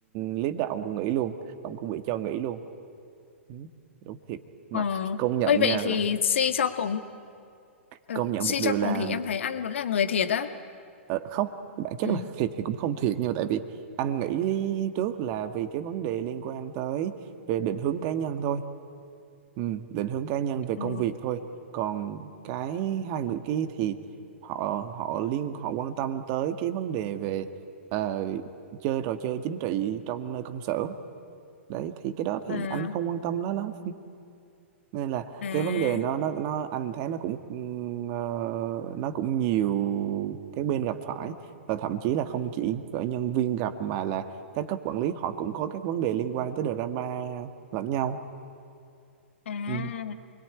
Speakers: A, on the right; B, on the left.
A: lead đó ông cũng nghỉ luôn ông cũng bị cho nghỉ luôn ừ, đúng thiệt mà
B: ờ.
A: công nhận
B: Ôi vậy
A: nha
B: thì
A: là
B: suy cho cùng ừ,
A: công nhận
B: suy
A: một điều
B: cho cùng
A: là
B: thì em thấy anh vẫn là người thiệt á.
A: ờ, không bản chất
B: Ừ.
A: là thiệt thì cũng không thiệt nhưng mà tại vì anh nghĩ trước là vì cái vấn đề liên quan tới về định hướng cá nhân thôi Ừ, định hướng cá nhân về
B: Ờ,
A: công việc thôi còn cái hai người kia thì họ họ liên họ quan tâm tới cái vấn đề về ờ, chơi trò chơi chính trị trong nơi công sở đấy thì cái đó thì
B: à,
A: anh không quan tâm nó lắm nên là
B: à,
A: cái vấn đề nó nó nó anh thấy nó cũng ừm, ờ, nó cũng nhiều cái bên gặp phải và thậm chí là không chỉ cỡ nhân viên gặp mà là các cấp quản lý họ cũng có các vấn đề liên quan tới drama lẫn nhau
B: à.
A: ừ.